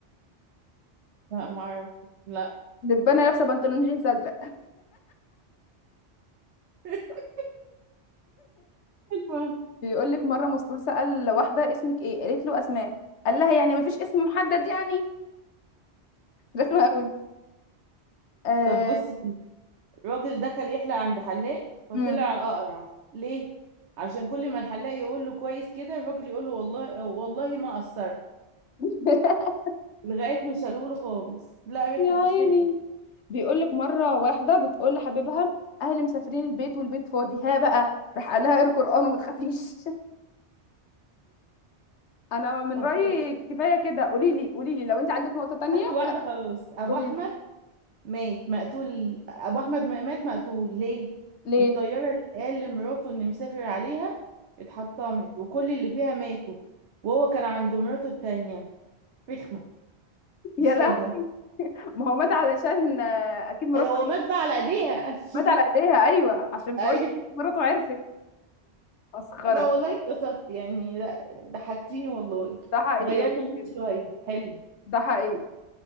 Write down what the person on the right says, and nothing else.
لا معرف لا
<laughs> حلوة
طب بصي راجل دخل يحلق عند حلاق فطلع
اقرع ليه عشان كل ما الحلاق يقول له كويس كده الراجل يقول له والله والله ما قصرت
لغايه ما شالوه له خالص لا
رخم
مش حلو
طب
بص
اخر واحده خلاص ابو
احمد
مات مقتول ابو احمد ما- مات مقتول ليه
الطياره اللي قال لمراته ان مسافر عليها اتحطمت وكل اللي فيها ماتوا وهو كان عند مراته التانية رخمه
مش حلوه
أي هو مات بقى على ايديها <laughs>
ايوه
لا والله اتبسطت يعني لا ضحكتيني والله
غيرنا المود
شوية حلو